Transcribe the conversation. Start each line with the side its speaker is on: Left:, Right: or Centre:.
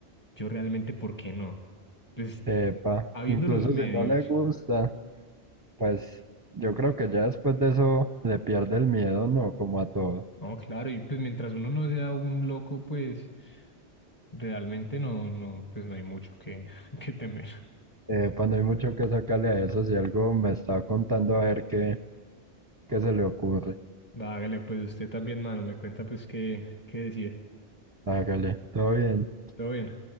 Left: yo realmente, ¿por qué no? Pues,
Right: Epa,
Left: habiendo
Right: incluso
Left: los medios.
Right: si no le gusta, pues yo creo que ya después de eso le pierde el miedo, ¿no? Como a todo.
Left: No, claro, y pues mientras uno no sea un loco, pues realmente no, no, pues no hay mucho que, <laughs> que temer.
Right: Epa, no hay mucho que sacarle a eso, si algo me está contando a ver qué, qué se le ocurre.
Left: Va, hágale, pues usted también, mano, me cuenta pues qué, qué decide.
Right: Hágale, todo bien.
Left: Todo bien.